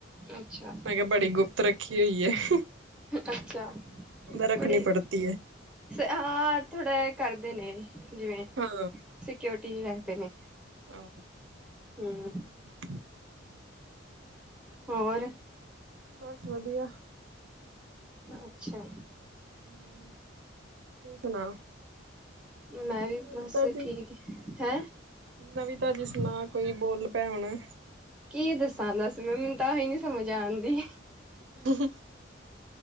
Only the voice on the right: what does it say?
ਮੈਂ ਕਿਹਾ ਬੜੀ ਗੁਪੱਤ ਰੱਖੀ ਹੋਈ ਹੈ
ਰੱਖਣੀ
ਪੜਤੀ ਹੈ
ਹਾਂ
ਆ
<unintelligible>
ਬੱਸ ਵਧੀਆ
ਹਮ ਤੂੰ ਸੁਣਾ
ਨਵੀ
ਤਾਜੀ
ਨਵੀ ਤਾਜੀ ਸੁਨਾਂ ਕੋਈ ਬੋਲ ਭੈਣ
<unintelligible>